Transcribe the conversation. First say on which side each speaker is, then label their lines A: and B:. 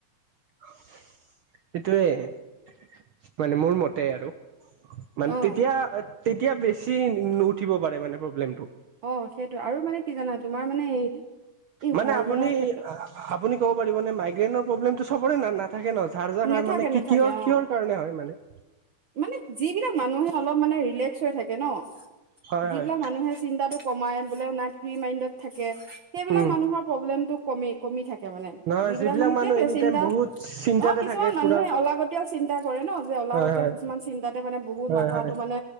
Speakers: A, on the right; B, on the right.
A: সেইটোৱে মানে মোৰ মতে আৰু। মানে
B: অ'।
A: তেতিয়া তেতিয়া বেছি নু উঠিব পাৰে মানে প্ৰব্লেমতটো।
B: অ' সেইটো আৰু মানে কি জানা তোমাৰ মানে এই
A: মানে
B: হৰমনৰ
A: আপুনি-আপুনি
B: ক্ষেত্ৰত
A: ক'ব পাৰিব নে মাইগ্ৰেইনৰ প্ৰব্লেমটো চবৰে না না। থাকে ন ঝাৰ যাৰ
B: নেথাকে
A: হয় মানে কি
B: নেথাকে
A: কিহৰ-
B: অ
A: কিহৰ কাৰণে হয় মানে।
B: মানে যিবিলাক মানুহে অলপ মানে ৰিলেক্স হৈ থাকে ন
A: হয়
B: যিবিলাক
A: হয়
B: মানুহে চিন্তাটো কমাই বোলে নাই ফ্ৰী মাইণ্ডত থাকে সেইবিলাক
A: উম
B: মানুহৰ প্ৰব্লেমটো কমি। কমি থাকে মানে,
A: নহয়
B: যিবিলাক মানুহ সেইটোৱে
A: এনি
B: চিন্তা।
A: টাইম বহুত চিন্তাতে
B: অ' কিছুমান
A: থাকে
B: মানুহে
A: পুৰা
B: অলাগতিয়াল চিন্তা কৰে ন যে অলাগত
A: হয়
B: আ
A: হয়
B: কিছুমান চিন্তাতে মানে বহুত
A: হয়
B: মাথাাতো
A: হয়
B: মানে